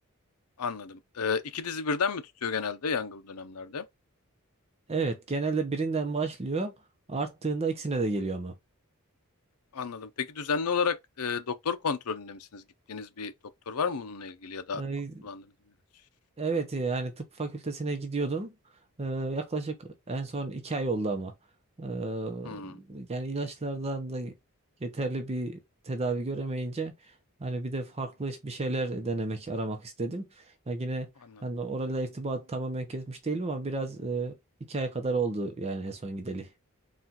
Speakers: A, on the left; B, on the right.
A: Anladım. Ee, iki dizi birden mi tutuyor genelde yangılı dönemlerde?
B: Evet genelde birinden başlıyor. Arttığında ikisine de geliyor ama.
A: Anladım. Peki düzenli olarak e, doktor kontrolünde misiniz? Gittiğiniz bir doktor var mı bununla ilgili ya da
B: Ee,
A: kullandığınız bir ilaç?
B: Evet e, yani tıp fakültesine gidiyordum. Ee, yaklaşık en son iki ay oldu ama. Ee,
A: Hmm,
B: yani ilaçlardan da yeterli bir tedavi göremeyince hani bir de farklı bir şeyler denemek, aramak istedim. Yani yine
A: anladım.
B: hani orayla irtibat tamamen kesmiş değilim ama biraz e, iki ay kadar oldu yani en son gideli.